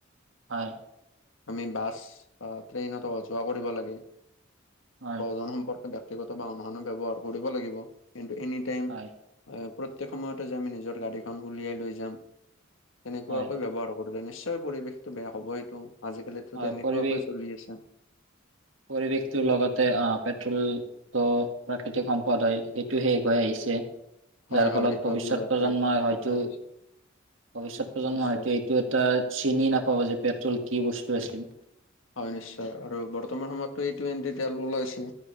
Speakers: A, on the right; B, on the left.
A: হয়।
B: আমি বাছ বা ট্ৰেইনত অহা যোৱা কৰিব লাগে
A: হয়,
B: প্ৰয়োজন সম্পৰ্ক। ব্যক্তিগত বাহনখনো ব্যৱহাৰ কৰিব লাগিব, কিন্তু এনি টাইম
A: হয়,
B: অ, প্ৰত্যেক সময়তে যে আমি নিজৰ গাড়ীখন উলিয়াই লৈ যাম। তেনেকুৱাকৈ
A: হয়,
B: ব্যয়ৱহাৰ কৰিলে নিশ্চয় পৰিৱেশটো বেয়া হব সেটো আজিকালি টো
A: হয়।
B: তেনেকুৱাকৈ
A: পৰিৱেশ
B: চলি আছে।
A: পৰিৱেশটোৰ লগতে অ পেট্ৰল ত প্ৰাকৃতিক সম্পদ, পদ হয় সেইটো শেষ হৈ আহিছে।
B: হয়,
A: যাৰ
B: হয়
A: ফলত
B: সেইটো
A: ভৱিষ্যত
B: আপুনি দৰকাৰী
A: প্ৰজন্মই
B: ফলত
A: হয়তো।
B: কথাই কৈছে
A: ভৱিষ্যত প্ৰজন্ম
B: নিশ্চয়
A: হয়টো এইটো এটা চিনি নাপাব যে পেট্ৰল কি বস্তু আছিল।
B: হয়, নিশ্চয় আৰু বৰ্তমান সময়তো ই টুৱেন্টি তেল ওলাইছি